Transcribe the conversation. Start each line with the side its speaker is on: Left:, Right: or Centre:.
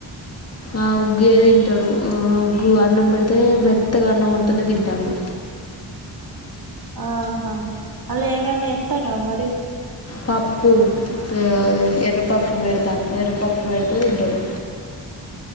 Left: ఆ ఉగ్గే దిన్ తడు. మ్ ఉగ్గు అన్నం పెడ్తే మెత్తగా అన్నం వండితేనే తింటాండు.
Right: ఆహా అల్లేమైన ఏత్తాన్నవా మరి
Left: పప్పు ఏ ఎర్రపప్పు పెడ్త ఎర్రపప్పు పెడ్తే తింటడు.